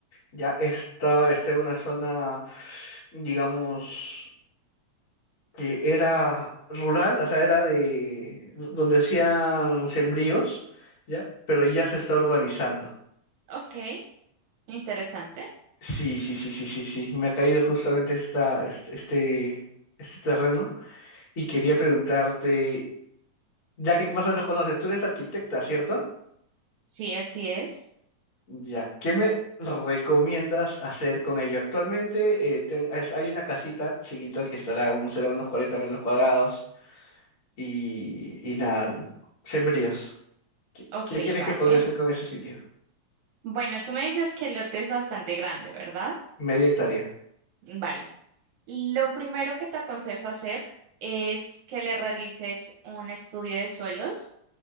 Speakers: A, on the left; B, on the right.
A: Ya está, está en una zona, digamos. que era rural, o sea, era de donde hacían sembríos, ¿ya? Pero ya se está urbanizando.
B: ok. Interesante.
A: Sí, sí, sí, sí, sí, sí. Me ha caído justamente esta, este, este, este terreno y quería preguntarte, ya que más o menos conoces, tú eres arquitecta, ¿cierto?
B: Sí, así es.
A: Ya, ¿qué me recomiendas hacer con ello? Actualmente eh, ten- es- hay una casita chiquita que estará, unos será unos cuarenta metros cuadrados y, y nada, sembríos. ¿Qué,
B: Ok,
A: qué crees
B: vale.
A: que podría hacer con ese sitio?
B: Bueno, tú me dices que el lote es bastante grande, ¿verdad?
A: Media hectárea.
B: Vale. Lo primero que te aconsejo hacer es que le realices un estudio de suelos